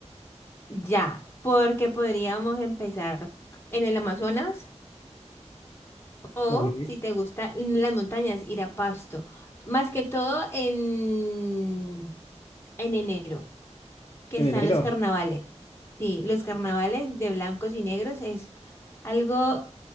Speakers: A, on the left (about 20°); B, on the left (about 40°).
A: ya, porque podríamos empezar en el Amazonas. O
B: Ok.
A: si te gustan las montañas, ir a Pasto. Más que todo en, en enero, que
B: ¿En
A: están
B: enero?
A: los carnavales. Sí, los carnavales de blancos y negros es algo,